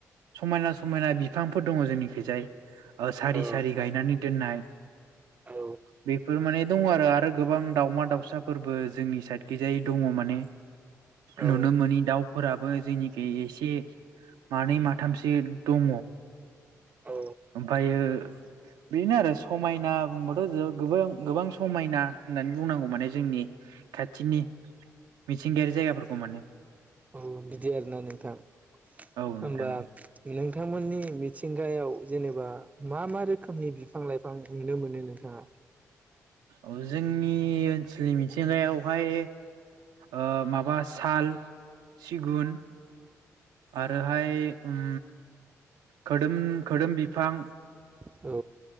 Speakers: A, on the right; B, on the right.
A: समायना समायना बिफांफोर दङ जोंनिखैजाय। ओ सारि
B: औ
A: सारि गायनानै दोननाय
B: औ
A: बेफोर माने दङ आरो आरो। गोबां दावमा दाउसाफोरबो जोंनि साइडखैजाय दङ माने
B: औ
A: नुनो मोनै दाउ। फोराबो जोंनिखै एसे मानै माथामसो दङ।
B: औ
A: ओमफ्रायो बिदिनो आरो समायना बुंबाथ' गोबां गोबां समायना। होननानै बुंनांगौ माने जोंनि खाथिनि थिंगायारि जायगाफोरखौ माने।
B: औ बिदि आरोना नोंथां।
A: औ
B: होमबा
A: नोंथां औ
B: नोंथांमोननि मिथिंगायाव जेनेबा मा मा रोखोमनि बिफां लाइफां नुनो मोनो नोंथाङा?
A: औ जोंनि ओनसोलनि मिथिंगायावहाय। ओ माबा साल, सिगुन आरोहाय ऐम खोदोम खोदोम बिफां
B: औ